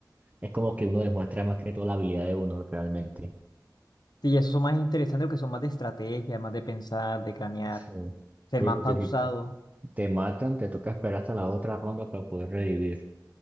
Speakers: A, on the right; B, on the left.
A: Es como que uno demuestra más que todo la habilidad de uno realmente.
B: Sí, esos son más interesantes porque son más de estrategia, más de pensar, de cranear,
A: Sí.
B: ser
A: Sí,
B: más
A: porque
B: pausado.
A: si te matan, te toca esperar hasta la otra ronda para poder revivir.